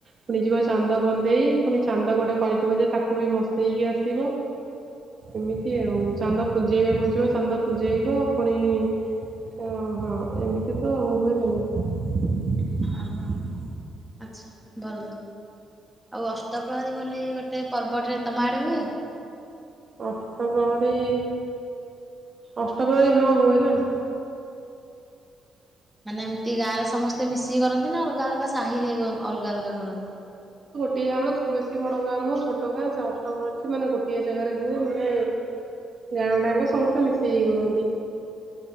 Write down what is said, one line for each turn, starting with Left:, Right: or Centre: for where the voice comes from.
Right: ପୁଣି ଯିବ ଚାନ୍ଦ ବନ୍ଦେଇ ପୁଣି ଚାନ୍ଦ ଗୋଟେ କରିଥିବ ଯେ ତାକୁ ବି ଭସେଇକି ଆସିବ ଏମିତି ଆଉ ଚାନ୍ଦ ପୂଜେଇବାକୁ ଯିବ ଚାନ୍ଦ ପୂଜେଇବ ପୁଣି ହଁ ଏମିତି ତ ଆଉ। ହୁଅ <inaudible>
Centre: ଓହୋ ଆଚ୍ଛା ଭଲ। ଆଉ ଅସ୍ତପ୍ରହରୀ ବୋଲି ଗୋଟେ ପର୍ବଟରେ ତମା ଆଡ଼େ ହୁଏ।
Right: ଅଷ୍ଟ ପ୍ର୍ରହରୀ ଅଷ୍ଟବ୍ରହରୀ ହଁ ହୁଏ ନା। <inaudible>
Centre: ମାନେ ଏମିତି ଗାଁ ରେ ସମସ୍ତେ ମିଶିକି କରନ୍ତି ନା ଆଉ ଅଲଗା ଅଲଗା ସାହିରେ ଅଲଗା ଅଲଗା କରନ୍ତି।
Right: ଟିଏ ଆମଳ ବେଶୀ ବଡ ଗାଁ ନୁହଁ ଛୋଟ ଗାଁ ସେ ଅଷ୍ଟମ ପ ମାନେ ଗୋଟିଏ ଜାଗାରେ ହୁଏ ମାନେ ଗାଁ ଟାଙ୍କ ସମସ୍ତେ ମିଶିକି କରନ୍ତି।